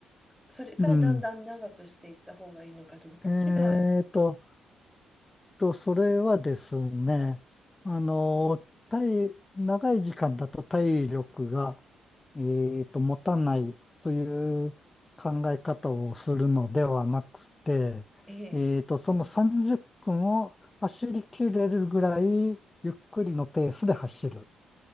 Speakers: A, in the centre; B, on the left.
A: それからだんだん長くしていった方がいいのか、
B: うん。
A: どっちが、
B: えーと、と、それはですね、あの、体、長い時間だと体力が、えーと、持たないという考え方をするのではなくて、
A: ええ、
B: えーと、その30分を走り切れるぐらいゆっくりのペースで走るっ